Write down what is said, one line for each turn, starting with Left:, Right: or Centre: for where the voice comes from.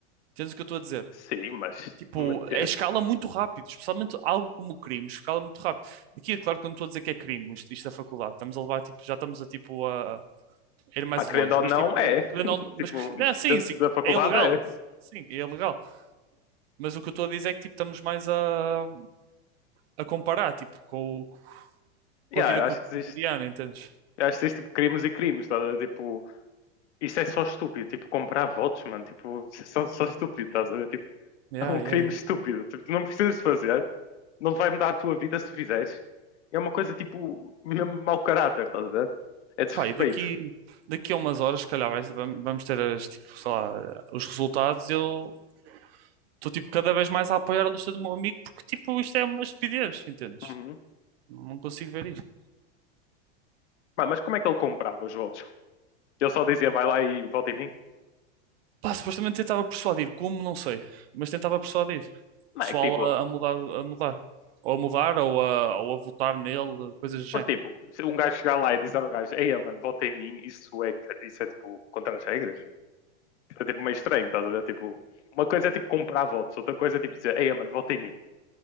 Right: Entendes o que eu estou a dizer?
Left: Sim, mas,
Right: Tipo,
Left: mate-
Right: é escala muito rápido, especialmente algo como crimes, escala muito rápido. Aqui é claro que eu não estou a dizer que é crime, isto, isto é faculdade, estamos a levar, tipo, já estamos a, tipo, a a ir mais
Left: mas
Right: longe,
Left: querendo ou
Right: mas
Left: não,
Right: tipo,
Left: é.
Right: querendo
Left: <laughs>
Right: ou não,
Left: Tipo,
Right: mas, não, sim,
Left: dentro
Right: sim,
Left: da faculdade
Right: é ilegal,
Left: é.
Right: sim, é ilegal, mas o que eu estou a dizer é que, tipo, estamos mais a, a comparar, tipo, com, o- com
Left: Yeah,
Right: a vida
Left: eu
Right: co-
Left: acho que
Right: cotidiana,
Left: existe,
Right: entendes?
Left: eu acho que existe tipo, crimes e crimes, estás a ver? Tipo, isso é só estúpido. Tipo, comprar votos, mano. Tipo, isso é só, só estúpido, estás a ver? Tipo, <laughs>
Right: Yeah,
Left: é um
Right: yeah,
Left: crime
Right: yeah.
Left: estúpido. Tipo, tu não precisas fazer, não vai mudar a tua vida se tu fizeres. É uma coisa tipo, mesmo mau caráter, estás a ver? É desrespeito.
Right: Pá, e daqui, daqui a umas horas, se calhar, vai- vam- vamos ter as, tipo, sei lá, os resultados. Eu estou, tipo, cada vez mais a apoiar a lista do meu amigo, porque, tipo, isto é uma estupidez, entendes?
Left: Uhum.
Right: Não consigo ver isto.
Left: Pá, mas como é que ele comprava os votos? Ele só dizia, vai lá e vota em mim?
Right: Pá, supostamente tentava persuadir, como, não sei, mas tentava persuadir
Left: Não,
Right: o pessoal
Left: é que tipo,
Right: a, a mudar, a mudar. Ou a mudar, ou a, ou a votar nele, coisas do género.
Left: por tipo, se um gajo chegar lá e dizer ao gajo, ei, mano, vota em mim, isso é, isso é tipo, contra as regras. É tipo meio estranho, estás a ver? Tipo, uma coisa é tipo comprar votos, outra coisa é tipo dizer, ei, mano, vota em mim,